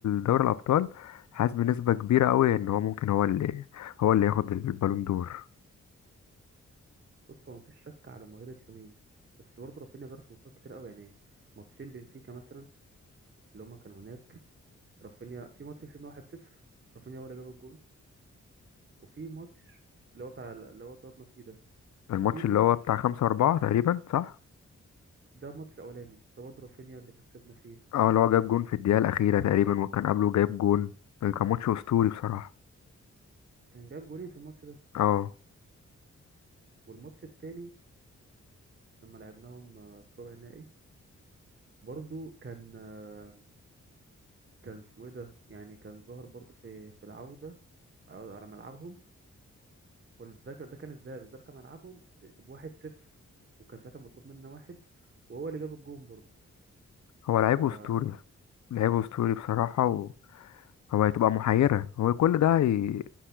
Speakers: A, on the left (about 65°); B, on the right (about 40°).
A: دوري الابطال حاسس بنسبه كبيره قوي ان هو ممكن هو اللي هو اللي ياخد البالون دور
B: بص هو مفيش شك على موهبة لامين بس برضه رافينيا جرى في ماتشات كتير قوي يعني ماتشين بنفيكا مثلا اللي هما كانوا هناك رافينيا في ماتش كسبنا 1-0 رافينيا هو اللي جاب الجول وفي ماتش اللي هو بتاع اللي هو طردنا فيه ده
A: الماتش
B: وفي ماتش
A: اللي هو بتاع خمسة أربعة تقريبا صح؟
B: ده الماتش الأولاني ده برضه رافينيا اللي كسبنا فيه
A: اه اللي هو جاب جون في الدقيقة الأخيرة تقريبا وكان قبله جايب جون كان ماتش أسطوري بصراحة
B: كان جاب جولين في الماتش ده
A: اه
B: والماتش التاني لما لعبناهم آه، في ربع النهائي برضه كان آه، كان اسمه ايه ده يعني كان ظاهر برضه في في العودة أو على ملعبهم وده ده كان الذهاب الذهاب كان ملعبهم بواحد صفر وكان ساعتها مطلوب منا واحد وهو اللي جاب الجون برضه
A: هو لعيب
B: ف
A: أسطوري لعيب أسطوري بصراحة وهو هتبقى محيرة هو كل ده هي...